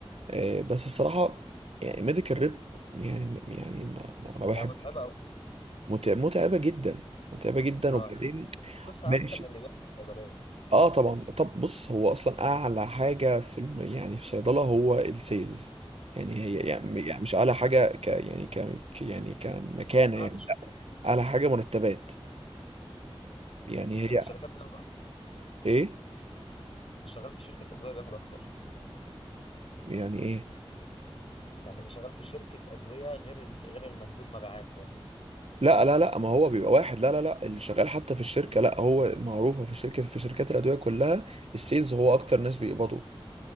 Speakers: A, on the right; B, on the left.
A: آه، بس الصراحة يعني ميديكال ريب يعني يعني ما, ما ما بحب
B: هي متعبه قوي
A: متع- متعبة جدا متعبة جدا
B: اه
A: وبعدين
B: بس فلوسها
A: ماشي
B: احسن من اللي بياخد في الصيدليه وكده
A: اه طبعا طب بص هو اصلا اعلى حاجه في الم... يعني في صيدله هو السيلز يعني هي يعني يعني مش اعلى حاجه ك يعني ك ك- يعني كمكانه
B: بعد
A: يعني
B: الشركه
A: لا اعلى حاجه مرتبات يعني
B: بس
A: هي
B: اللي في الشركات بياخد اكتر
A: ايه
B: اللي شغال في شركه ادويه بياخد اكتر
A: يعني ايه
B: يعني اللي شغال في شركه ادويه غير ال... غير المندوب مبيعات فاهمني
A: لا لا لا ما هو بيبقى واحد لا لا لا اللي شغال حتى في الشركه لا هو معروفه في الشركه في شركات الادويه كلها السيلز هو اكتر ناس بيقبضوا